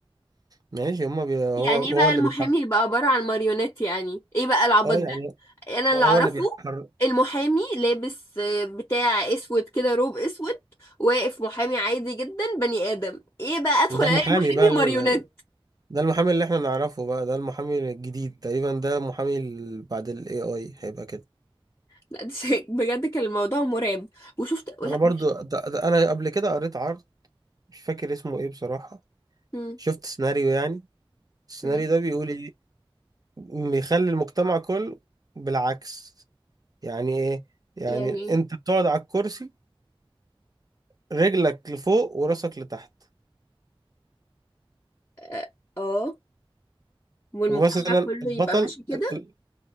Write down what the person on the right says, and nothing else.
ماشي هما بي... هو
هو
اللي
بيحرك
اه
يعني
هو
اللي بيحرك
ده
المحامي
بقى ال...
ده المحامي اللي احنا نعرفه بقى ده المحامي الجديد تقريبا ده محامي ال- بعد الاي اي هيبقى كده
انا برضو
ده... ده انا قبل كده قريت عرض مش فاكر اسمه ايه بصراحة
شفت سيناريو يعني السيناريو
ده بيقول ايه بيخلي المجتمع كله بالعكس يعني ايه يعني
انت بتقعد على الكرسي رجلك لفوق وراسك لتحت
ومثلا
البطل
ال-